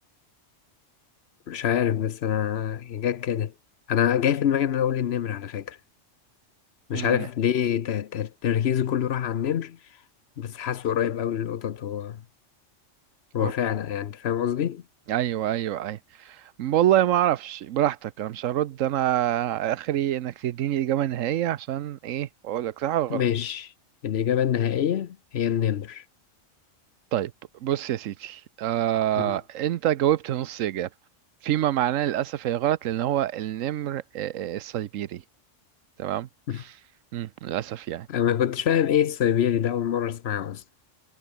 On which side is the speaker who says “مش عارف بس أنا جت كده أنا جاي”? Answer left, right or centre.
Left